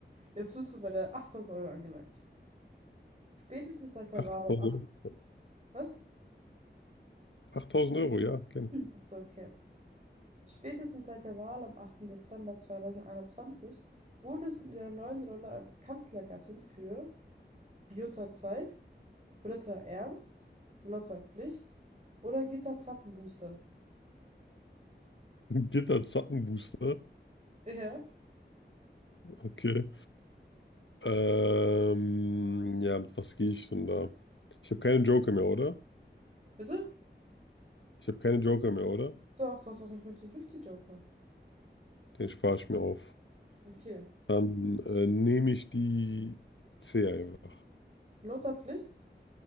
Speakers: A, on the right; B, on the left.
A: Jetzt bist du bei der 8000 Euro angelangt. Spätestens seit der
B: 8000
A: Wahl am 8.
B: Euro.
A: Was?
B: 8000 Euro, ja, gerne.
A: Achso, okay. Spätestens seit der Wahl am achten Dezember 2021 wurde es in ihrer neuen Rolle als Kanzlergattin für Jutta Zeit, Britta Ernst, Lotta Pflicht oder Gitta Zappenduster.
B: <laughs> Gitter Zappenbooster.
A: Ja.
B: Okay. Ähm, ja, mit was gehe ich denn da? Ich habe keine Joker mehr, oder?
A: Bitte?
B: Ich habe keine Joker mehr, oder?
A: Doch, das ist doch der 50-50-Joker.
B: Den spare ich mir auf.
A: Okay.
B: Dann äh, nehme ich die C einfach.
A: Lotta Pflicht?